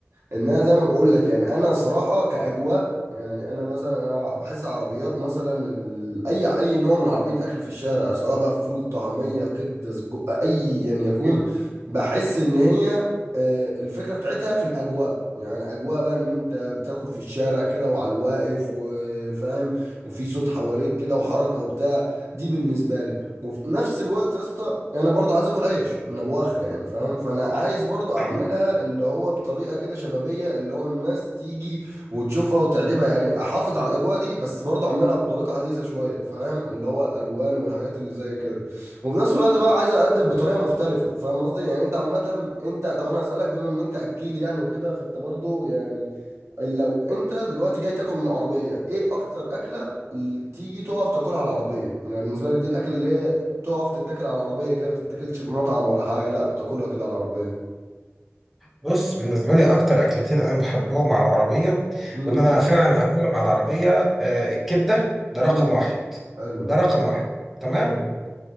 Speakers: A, on the right; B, in the centre.
A: ان انا زي ما بقول لك يعني انا صراحه كاجواء يعني انا مثلا انا بحس عربيات مثلا ال... اي اي نوع من عربيه اكل في الشارع سواء بقى فول طعميه كبده سجق ايا يكون
B: مم.
A: بحس ان هي آه، الفكره بتاعتها في الاجواء يعني اجواء بقى ان انت بتاكل في الشارع كده وعلى الواقف وفاهم وفي صوت حواليك كده وحركه وبتاع دي بالنسبه لي وفي نفس الوقت يا اسطى انا برضو عايز اكل عيش من ابو اخر يعني فاهم فانا عايز برضو اعملها
B: أيوة.
A: اللي هو بطريقه كده شبابيه اللي هو الناس تيجي وتشوفها وتعجبها يعني احافظ على الاجواء دي بس برضه اعملها بطريقه حديثه شويه فاهم اللي هو الالوان والحاجات اللي زي كده وفي نفس الوقت بقى عايز اقدم بطريقه مختلفه فاهم قصدي يعني انت عامه انت طب انا هسالك بما ان انت اكيل يعني وكده فانت برضه يعني لو انت دلوقتي جاي تاكل من عربيه ايه اكتر اكله اللي تيجي تقف تاكلها على العربيه يعني بالنسبه لك دي الاكل اللي هي تقف تتاكل على العربيه كده ما تتاكلش في مطعم ولا حاجه لا تاكلها كده على العربيه
B: بص بالنسبه لي اكتر اكلتين انا بحبهم على العربيه
A: امم
B: وان انا فعلا اكلهم على العربيه آه، الكبده ده
A: امم
B: رقم واحد
A: حلو
B: ده رقم واحد تمام
A: مم.